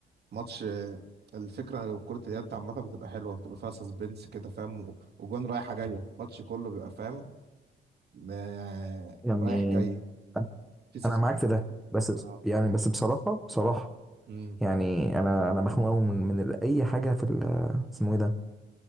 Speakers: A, on the right; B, in the centre.
A: ماتش الفكره لو كره اليد عامه بتبقى حلوه بتبقى فيها سسبنس كده فاهم و- وجوان رايحه جايه الماتش كله بيبقى فاهم ما-
B: يعني
A: رايح جاي
B: انا
A: في سسبنس
B: أنا معاك في ده بس بس-
A: اه
B: يعني بس بصراحة بصراحة
A: امم
B: يعني انا انا مخنوق قوي من من ال- اي حاجة في ال- اسمه ايه ده